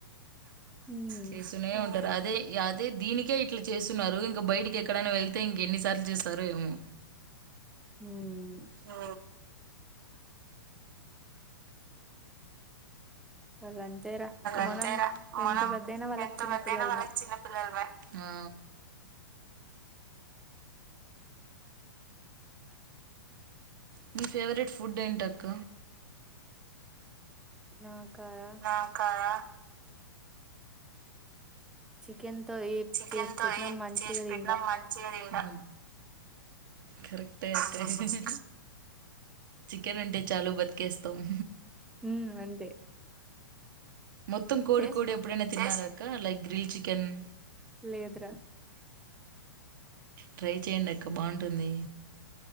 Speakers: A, in the centre; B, on the right (about 60°).
A: ఉమ్
B: చేస్తూనే ఉంటారు అదే. అదే దీనికే ఇట్లా చేస్తున్నారు ఇంక బయటకి ఎక్కడైనా వెళ్తే ఇంక ఎన్ని సార్లు చేస్. సరే ఏమో.
A: హ.
B: ఆ.
A: వాళ్ళు అంతేరా
B: అంతేరా
A: మనం ఎంత
B: మనం
A: పెద్దయినా వాళ్ళకి
B: ఎంత
A: చిన్న
B: పెద్దయినా
A: పిల్లలమే
B: వాళ్ళకి చిన్న పిల్లలమే. ఆ. మీ ఫేవరెట్ ఫుడ్ ఏంటక్క.
A: నాకార.
B: నాకార.
A: చికెన్తో ఏ.
B: చికెన్
A: చేసి
B: తో
A: పెట్టినా
B: ఏ
A: మంచిగా
B: చేసి
A: తింటా
B: పెట్టినా మంచిగా తింటా. కరెక్టే అయితే. చికెన్ అంటే చాలు బతికేస్తామ్.
A: ఉ అంతే.
B: మొత్తం కోడి
A: చేస్
B: కోడి ఎప్పుడైనా తిన్నార అక్క లైక్ గ్రిల్ చికెన్.
A: లేదురా.
B: ట్రై చెయండి అక్క బాగుంటుంది.